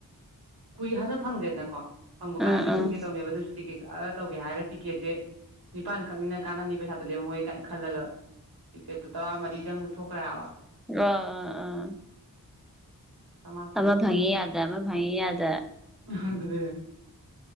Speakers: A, on the right; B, in the centre.
A: ꯀꯨꯏ ꯍꯟꯗꯛ ꯐꯪꯗ꯭ꯔꯦꯗꯅꯀꯣ ꯐꯪꯕ
B: ꯎꯝ ꯎꯝ
A: ꯀꯥꯟꯗ ꯄꯤꯁꯟꯒꯦ
B: ꯎꯝ
A: ꯇꯧꯅꯦꯕ ꯑꯗꯨꯁꯨꯤꯩ ꯀꯛꯑꯒ ꯇꯧꯒꯦ ꯍꯥꯏꯔꯒ ꯇꯤꯛꯀꯦꯠꯁꯦ ꯅꯤꯄꯥꯟ ꯈꯛꯅꯤꯅ ꯀꯥꯟꯅꯅꯤ ꯄꯩꯁꯥꯗ ꯂꯦꯝꯃꯍꯣꯏ ꯀꯥꯏꯅ ꯈꯜꯂꯒ ꯐꯦꯠꯇꯨ ꯇꯔꯥ ꯃꯔꯤ ꯆꯪ ꯊꯣꯛꯈ꯭ꯔꯦꯕ
B: ꯑ ꯑ ꯑꯥ
A: ꯆꯥꯝꯃꯉꯥ ꯆꯪꯊꯣꯛꯈ꯭ꯔꯦ
B: ꯑꯃ ꯐꯪꯉꯤ ꯌꯥꯗ ꯑꯃ ꯐꯪꯉꯤ ꯌꯥꯗ
A: ꯑꯗꯨ